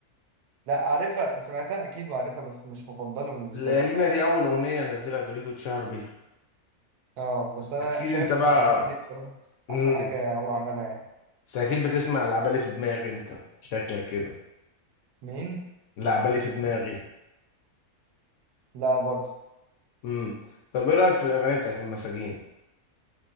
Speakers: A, on the right; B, on the left.
A: لا عارفها سمعتها أكيد وعارفها بس مش مفضلة بالنسبة
B: ليالينا
A: لي بصراحة
B: دي اول اغنيه نزلها توليد واتشهر بيها
A: اه بس انا
B: اكيد
A: شايف
B: انت بقى
A: حبيبي ليه بصراحه
B: امم
A: احسن حاجه هو عملها يعني
B: بس اكيد بتسمع العبالي في دماغي انت شكلك كده
A: مين
B: العبالي في دماغي
A: لا برضه
B: امم طب ايه رايك في الاغاني بتاعت المساجين